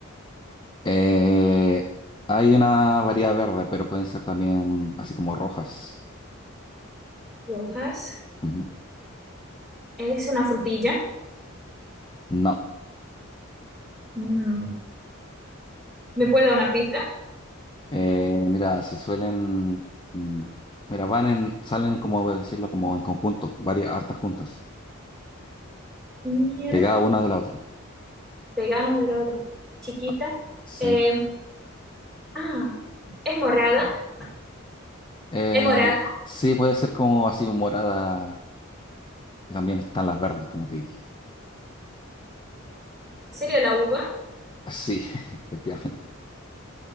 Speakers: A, on the left; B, in the centre.
A: Eh, hay una variedad verde, pero pueden ser también así como rojas.
B: rojas.
A: Ujú.
B: Es una frutilla.
A: No.
B: Mm, ¿me puede dar una pista?
A: Eh, mira, se suelen, mm, mira, van en, salen como voy a decirlo, como en conjunto, varias hartas juntas,
B: Mira,
A: pegadas una de la otra.
B: pegano de la otra. Chiquita.
A: Ah, Sí.
B: Eh, ah, es morada.
A: Eh,
B: Es morada.
A: sí, puede ser como así un morada y también están las verdes, como te dije.
B: Sería la uva.
A: Sí, <laughs> efectivamente.